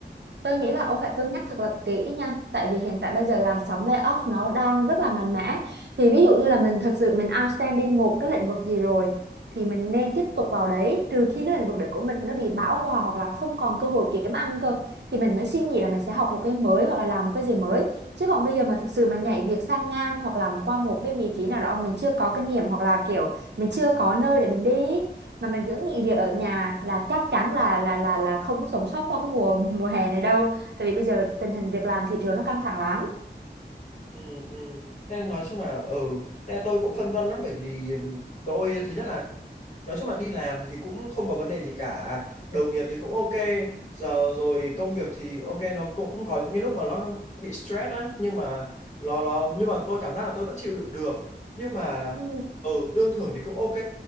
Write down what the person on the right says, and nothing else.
tôi nghĩ là ông phải cân nhắc thật là kỹ nha tại vì hiện tại bây giờ làn sóng layoff nó đang rất là mạnh mẽ thì ví dụ như là mình thực sự mình outstanding một cái lĩnh vực gì rồi thì mình nên tiếp tục vào đấy trừ khi cái lĩnh vực đấy của mình nó bị bão hòa hoặc là không còn cơ hội kiếm ăn cơ thì mình mới suy nghĩ là mình sẽ học một cái mới hoặc là làm một cái gì mới chứ còn bây giờ mà thực sự mà nhảy việc sang ngang hoặc làm qua một cái vị trí nào đó mình chưa có kinh nghiệm hoặc là kiểu mình chưa có nơi để mình đi mà mình cứ nghỉ việc ở nhà là chắc chắn là là là là không có sống sót qua cái mùa mùa hè này đâu tại vì bây giờ tình hình việc làm thị trường nó căng thẳng lắm
Ừ.